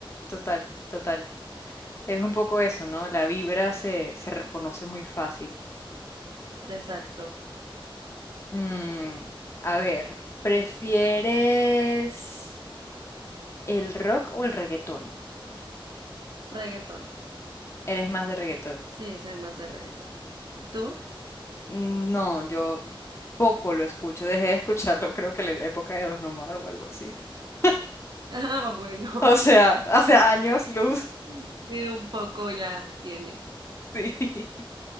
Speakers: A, on the left; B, on the right.
A: total, total. Es un poco eso, ¿no? La vibra se, se reconoce muy fácil.
B: Exacto.
A: Mm, a ver, ¿prefieres el rock o el reggaetón?
B: Reggaetón.
A: ¿Eres más de reggaetón?
B: Sí, soy más de reggaetón. ¿Tú?
A: Mm, No, yo poco lo escucho. Dejé de escucharlo, <laughs> creo que en la época de Don Omar o algo así. <laughs>
B: <laughs> Ah, bueno,
A: O sea, hace años luz,
B: <laughs> sí, un poco ya tiene.
A: sí. <laughs>